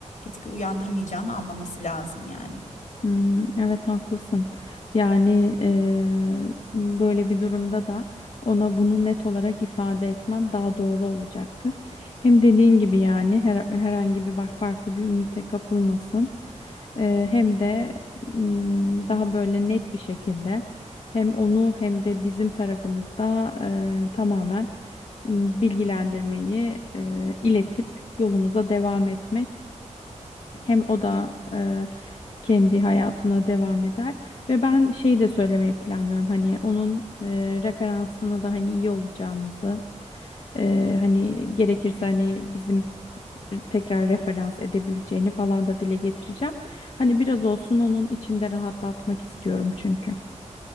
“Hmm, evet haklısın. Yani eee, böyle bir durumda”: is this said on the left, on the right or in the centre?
Left